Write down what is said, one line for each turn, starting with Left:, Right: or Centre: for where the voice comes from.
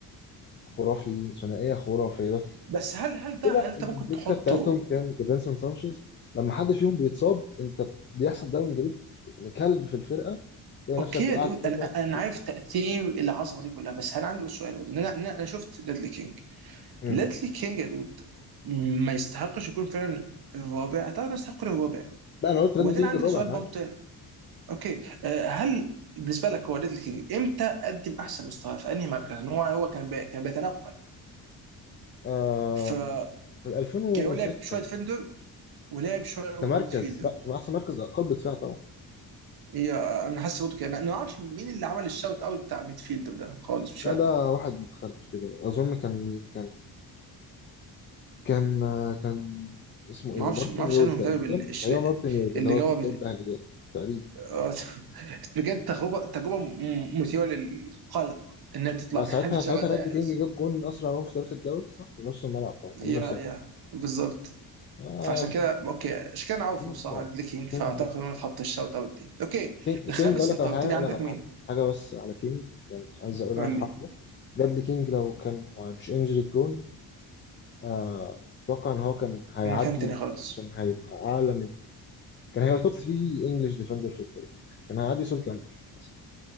Left: خرافي ثنائيه خرافيه بس
Right: بس هل هل ده
Left: المشكلة
Right: هل انت
Left: إن
Right: ممكن
Left: الدكة
Right: تحطه
Left: بتاعتهم كان ديفينسون سانشيز لما حد فيهم بيتصاب أنت بيحصل داون جريد ابن كلب في الفرقة تلاقي
Right: اوكي
Left: نفسك
Right: يا
Left: وقعت
Right: دود
Left: شوية
Right: انا
Left: نقط كتير
Right: انا عارف تاثير العصبه دي كلها بس انا عندي بس سؤال برضه إن انا انا أنا شفت ليدلي كينج
Left: امم
Right: ليدلي كينج يا دود ما يستحقش يكون فعلا الرابع اتعرف يستحق يكون الرابع
Left: لا أنا قلت راندي
Right: وبعدين
Left: كينج
Right: عندي
Left: الرابع
Right: سؤال
Left: معاك
Right: برضه تاني اوكي آه، هل بالنسبه لك هو ليدلي كينج امتى قدم احسن مستوى في انهي مركز؟ لأن هو هو كان بي... كان بيتنقل
Left: آم...
Right: فكان
Left: في 2006
Right: هو لعب شويه ديفندر ولعب شويه برضه
Left: ده مركز
Right: ميدفيلدر
Left: لا في أحسن مركز قلب دفاع طبعا
Right: هي انا حاسس برضه كده انا ما اعرفش مين اللي عمل الشاوت اوت بتاع ميدفيلدر ده خالص مش فاهمه
Left: لا ده واحد متخلف كده أظن كان مين كان كان آه، كان اسمه إيه
Right: ما اعرفش
Left: مارتن
Right: ما اعرفش
Left: يول
Right: انا
Left: تقريبا
Right: المدرب اللي الش-
Left: تقريبا مارتن يول اللي
Right: اللي
Left: هو
Right: جرب
Left: كان بيدرب الأهلي ده تقريبا
Right: آه، <laughs> بجد تجربه تجربه م- مثيره للقلق انها تطلع
Left: آه،
Right: من
Left: ساعتها
Right: <laughs> حد شبه
Left: ساعتها
Right: ده
Left: رادلي
Right: يعني
Left: كينج
Right: بس
Left: جاب جون اسرع جون في تاريخ الدوري صح في نص الملعب طبعا
Right: يا
Left: 11 سنه
Right: يا بالظبط
Left: اه
Right: فعشان كده اوكي عشان كده انا عارفه
Left: كينج
Right: الصراحه ليدلي كينج فاعتقد
Left: كينج
Right: انه اتحط الشوت اوت دي اوكي
Left: كينج
Right: الخامس
Left: كينج اقول لك
Right: انت
Left: على
Right: قلت
Left: حاجه
Right: لي
Left: اقول
Right: عندك
Left: لك على
Right: مين؟
Left: حاجه حاجه بس على كينج يعني عايز اقولها
Right: قول
Left: في حقه
Right: لي
Left: بradley كينج لو كان مش انجري برون آه اتوقع ان هو كان هيعدي
Right: من مكان تاني
Left: ال-
Right: خالص
Left: كان هيبقى اعلى من كان هيبقى توب 3 انجلش ديفندر في التاريخ يعني كان هيعدي سول كامبل مثلا